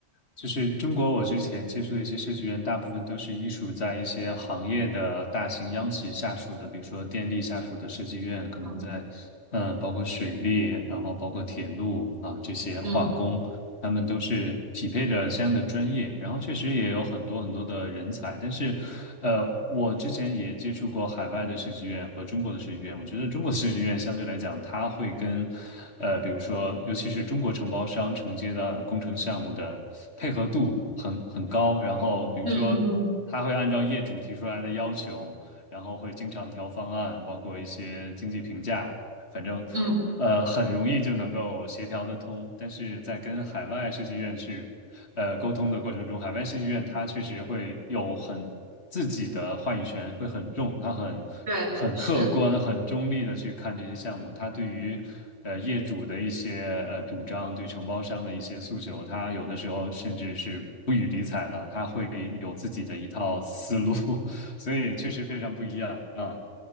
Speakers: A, on the left; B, on the right.
A: 就是中国，我之前接触的一些设计院，大部分都是依属在一些行业的大型央企下属的，比如说电力下属的设计院，可能在，
B: 嗯
A: 嗯、包括水利，然后包括铁路啊这些化工，
B: 嗯
A: 他们都是匹配着相应的专业，然后确实也有很多很多的人才，但是呃，我之前也接触过海外的设计院和中国的设计院。我觉得中国的设计院相对来讲，它会跟，呃，比如说，尤其是中国承包商承接的工程项目的配合度很很高。然后，比如说，
B: 嗯嗯
A: 他会按照业主提出来的要求，然后会经常调方案，包括一些经济评价，反正，
B: 嗯，嗯，
A: 呃，很容易就能够协调得通。但是在跟海外设计院去呃沟通的过程中，海外戏剧院它确实会有很自己的话语权会很重，它很很客观、
B: 对，是的。
A: 很中立的去看这些项目，它对于呃业主的一些呃主张，对承包商的一些诉求，它有的时候甚至是不予理睬的，它会有自己的一套思路，<laughs> 所以确实非常不一样啊，